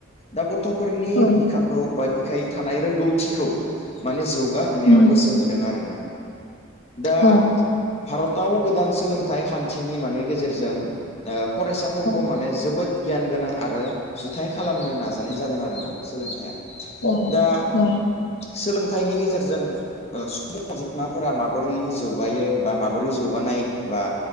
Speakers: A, on the left (about 30°); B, on the left (about 70°).
A: दा गथ'फोरनि
B: औ
A: <unintelligible> बा बिखाय थानाय रोंगौथिखौ माने जौगाहोनायाव
B: उम
A: गोसो हो होदों आरोना दा
B: औ
A: भारताव गोदान सोलोंथाइ खान्थिनि माने गेजेरजों ओ फरायसाफोरखौ
B: औ
A: माने जोबोद गियान गोनां आरो जुथाय खालामनो नाजानाय जादों आरोना सोलोंथाइया
B: औ
A: दा
B: औ
A: सोलोंथाइनि गेजेरजों सुबुं अनजिमाफोरा माबोरै जौगायो। बा माबोरै जौगानाय बा